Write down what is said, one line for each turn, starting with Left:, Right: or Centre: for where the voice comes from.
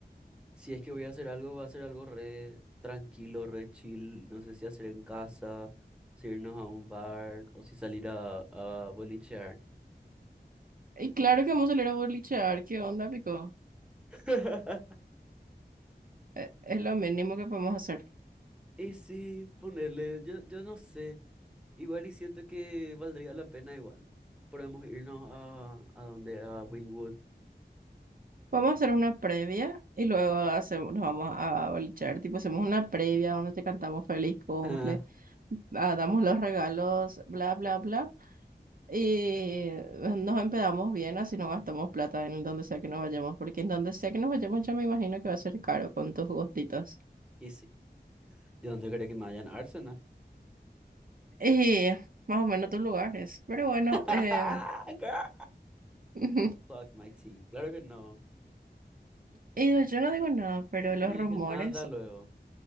Centre: si es que voy a hacer algo, va a ser algo re tranquilo, re chill, no sé si hacer en casa, si irnos a un bar o si salir a, a bolichear.
Right: Y claro que vamos a salir a bolichear, ¿qué onda, pico?
Centre: <laughs>
Right: Eh, Es lo mínimo que podemos hacer.
Centre: Y sí, ponerle, yo, yo no sé, igual y siento que valdría la pena igual. Podemos irnos a, a donde, a Wynwood.
Right: Vamos a hacer una previa y luego hacemos, nos vamos a bolichar. Tipo, hacemos una previa donde te cantamos feliz cumple,
Centre: <laughs>
Right: ah, damos los regalos, bla, bla, bla. Y nos empedamos bien, así no gastamos plata en donde sea que nos vayamos, porque en donde sea que nos vayamos yo me imagino que va a ser caro con tus gustitos.
Centre: Y sí. ¿Y dónde cree que me vayan Arsenal?
Right: Y más o menos tus lugares. Pero bueno,
Centre: <laughs>
Right: eh...
Centre: Girl,
Right: <laughs>
Centre: Fuck my tea. Claro que no.
Right: y yo no digo nada, pero
Centre: Yo
Right: los
Centre: no
Right: rumores
Centre: dije nada luego.